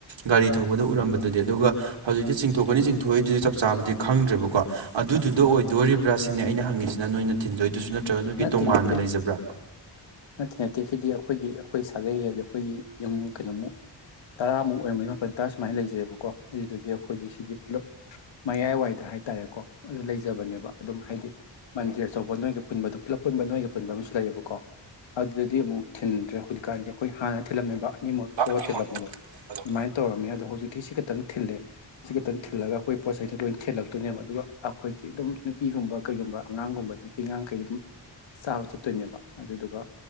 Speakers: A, on the right (about 85°); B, on the left (about 85°).
A: ꯒꯥꯔꯤ ꯊꯧꯕꯗ ꯎꯔꯝꯕꯗꯨꯗꯤ ꯑꯗꯨꯒ ꯍꯧꯖꯤꯛꯇꯤ ꯆꯤꯡꯊꯣꯛꯀꯅꯤ ꯆꯤꯡꯊꯣꯛꯏꯗꯨꯗꯤ ꯆꯞ ꯆꯥꯕꯗꯤ ꯈꯪꯗ꯭ꯔꯦꯕꯀꯣ ꯑꯗꯨꯗꯨꯗ ꯑꯣꯏꯗꯣꯔꯤꯕ꯭ꯔꯥ ꯁꯤꯅꯦ ꯑꯩꯅ ꯍꯪꯉꯤꯁꯤꯅ ꯅꯣꯏꯅ ꯊꯤꯟꯗꯣꯏꯗꯨꯁꯨ ꯅꯠꯇ꯭ꯔꯒ ꯅꯣꯏꯒꯤ
B: ꯅꯠꯇꯦ
A: ꯇꯣꯉꯥꯟꯅ
B: ꯅꯠꯇꯦ
A: ꯂꯩꯖꯕ꯭ꯔꯥ
B: ꯅꯠꯇꯦ ꯅꯠꯇꯦ ꯁꯤꯗꯤ ꯑꯩꯈꯣꯏꯒꯤ ꯑꯩꯈꯣꯏ ꯁꯥꯒꯩ ꯍꯥꯏꯗꯤ ꯑꯩꯈꯣꯏꯒꯤ ꯌꯨꯝ ꯀꯩꯅꯣꯃꯨꯛ ꯇꯔꯥꯃꯨꯛ ꯑꯣꯏꯔꯝꯒꯅꯤ ꯃꯥꯄꯜ ꯇꯔꯥ ꯁꯨꯃꯥꯏꯅ ꯂꯩꯖꯩꯑꯕꯀꯣ ꯑꯗꯨꯗꯒꯤ ꯑꯩꯈꯣꯏꯒꯤ ꯁꯤꯒꯤ ꯄꯨꯂꯞ ꯃꯌꯥꯏꯋꯥꯏꯗ ꯍꯥꯏꯇꯥꯔꯦꯀꯣ ꯑꯗꯨ ꯂꯩꯖꯕꯅꯦꯕ ꯑꯗꯨꯝ ꯍꯥꯏꯗꯤ ꯃꯟꯗꯤꯔ ꯑꯆꯧꯕ ꯅꯣꯏꯒ ꯄꯨꯟꯕꯗꯣ ꯄꯨꯂꯞ ꯄꯨꯟꯕ ꯅꯣꯏꯒ ꯄꯨꯟꯕ ꯑꯃꯁꯨ ꯂꯩꯌꯦꯕꯀꯣ ꯑꯗꯨꯗꯗꯤ ꯑꯃꯨꯛ ꯊꯤꯟꯗ꯭ꯔꯦ ꯍꯧꯖꯤꯛꯀꯥꯟꯗꯤ ꯑꯩꯈꯣꯏ ꯍꯥꯟꯅ ꯊꯤꯜꯂꯝꯃꯤꯕ ꯑꯅꯤꯃꯛ ꯊꯣꯛꯑ
A: ꯑꯅꯤꯃꯛ
B: ꯊꯤꯜꯂꯝꯕꯗꯣ
A: ꯊꯝꯕꯗꯣ
B: ꯑꯗꯨꯃꯥꯏꯅ ꯇꯧꯔꯝꯃꯦ ꯑꯗꯣ ꯍꯧꯖꯤꯛꯇꯤ ꯁꯤ ꯈꯈꯤꯛꯇꯪ ꯊꯤꯜꯂꯦ ꯁꯤ ꯈꯛꯇꯪ ꯊꯤꯜꯂꯒ ꯑꯩꯈꯣꯏ ꯄꯣꯠ ꯆꯩꯩꯁꯤ ꯂꯣꯏꯅ ꯊꯤꯜꯂꯛꯇꯣꯏꯅꯦꯕ ꯑꯗꯨꯒ ꯑꯩꯈꯣꯏꯒꯤ ꯑꯗꯨꯝ ꯅꯨꯄꯤꯒꯨꯝꯕ ꯀꯩꯒꯨꯝꯕ ꯑꯉꯥꯡꯒꯨꯝꯕ ꯅꯨꯄꯤ ꯑꯉꯥꯡꯈꯩ ꯑꯗꯨꯝ ꯆꯥꯕ ꯆꯠꯇꯣꯏꯅꯦꯕ ꯑꯗꯨꯗꯨꯒ